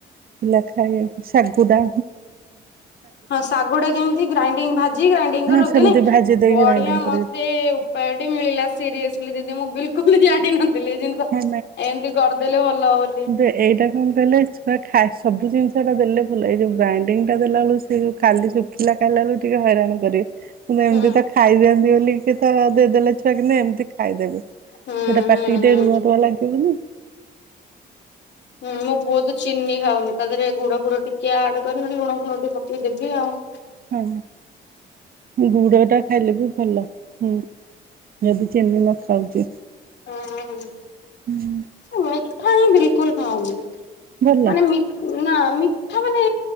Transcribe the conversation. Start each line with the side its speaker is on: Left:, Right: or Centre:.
Right: ପିଲା ଖାଇବାକୁ ସାଗୁ ଟା।
Left: ହଁ, ଶାଗୁଟା କେମିତି ଗ୍ରାଇଣ୍ଡିଙ୍ଗ ଭାଜି ଗ୍ରାଇଡିଙ୍ଗ
Right: ହଁ
Left: କରି ରଖଦେନେ
Right: ସେମିତି ଭାଜି ଦେଇକି
Left: ବଢିଆ
Right: ଗ୍ରାଇଣ୍ଡିଙ୍ଗ କରିବେ
Left: ମତେ ସେ ଉପାୟଟି ମିଳିଲା ସିରିୟସଲି ଦିଦି ମୁଁ ବିଲକୁଲ ଜାଣିିନଥିଲି? ଯେନ୍ତି। <unintelligible>
Right: ହଁ
Left: ଏମିତି କରିଦେଲେ ଭଲ ବୋଲି।
Right: ସେ ଏଇଟା କଣ କହି କହିଲେ? ଛୁଆ ଖା ସବୁ ଜିନିଷଟା ଦେଲେ ଭଲ ଏଇ ଯେଉଁ ଗ୍ରାଇଣ୍ଡିଙ୍ଗଟା ଦେଲାବେଳ ସେ ଯେଉଁ ଖାଲି ସୁ ଖିଲା ଖାଇଲାଳୁ ଟିକେ ହଇରାଣ କରିବେ ଏମିତି
Left: ହୁଁ
Right: ତ ଖାଇଦିଅନ୍ତି ବୋଲିକି ତ ଦେଇଦେଲେ ଚ କି ଏମିତି ଖାଇଦେବେ ସେଇଟା
Left: ହୁଁ
Right: ପାଟିକି
Left: ହୁଁ ହୁଁ।
Right: ଟିକେ ରୁଆ ରୁଆ ଲାଗିବନି।
Left: ହୁଁ ମୋ ପୁଅ ତ ଚିନି ଖାଉନି ତା ଦେହରେ ଗୁଡ ଫୁଡ ଟିକେ ଆଡ କରିନି ନହେଲେ ଲୁଣ ଫୁଣ ଟିକେ ପକେଇ ଦେବି ଆଉ।
Right: ହଁ, ଗୁଡ ଟା ଖାଇଲେ ବି ଭଲ ହୁଁ। ଯଦି ଚିନି ନ ଖାଉଛି।
Left: ହୁଁ ହ ହୁଁ।
Right: ହୁଁ।
Left: ମଠା ହିଁ ବିଲକୁଲ ଖାଉନି
Right: ଭଲ
Left: ମାନେ ମି ନା, ମିଠା ମାନେ